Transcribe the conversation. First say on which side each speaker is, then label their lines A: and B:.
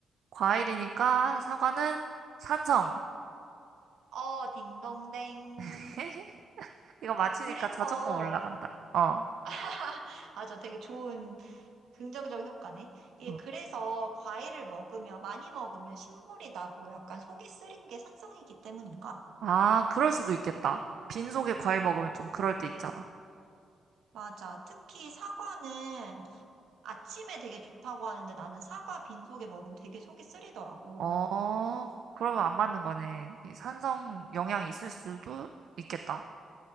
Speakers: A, on the right; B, on the right.
A: 과일이니까 사과는 산성.
B: 어, 딩동댕.
A: <laughs> 이거 맞히니까
B: 아, 그래서,
A: 자존감 올라간다. 어.
B: <laughs> 아, 저 되게 좋은 긍정적 효과네. 예,
A: 어.
B: 그래서 과일을 먹으면, 많이 먹으면 신물이 나고 약간 속이 쓰린 게 산성이기 때문인가?
A: 아, 그럴 수도 있겠다. 빈속에 과일 먹으면 좀 그럴 때 있잖아.
B: 맞아. 특히 사과는 아침에 되게 좋다고 하는데 나는 사과 빈속에 먹으면 되게 속이 쓰리더라고.
A: 어, 그러면 안 맞는 거네. 이 산성 영향이 있을 수도 있겠다.